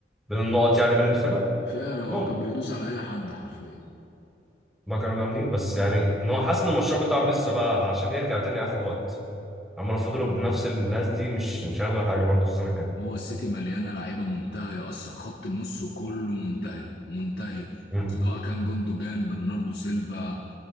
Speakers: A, in the centre; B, on the left.
A: بين النقط يعني بين الفرق
B: فعلا هو
A: ممكن
B: كان بيدوس على اي حد حرفيا
A: ما كانوا جامدين بس يعني ان هو حاسس ان المشروع بتاعهم لسه بقى عشان يرجع تاني هياخد وقت عمال فضلوا بنفس الناس دي مش مش هياخدوا حاجه برضه السنه الجايه
B: هو السيتي مليانه لعيبه منتهيه اصلا خط النص كله منتهي منتهي
A: مم.
B: سواء كان جوندوجان برناردو سيلفا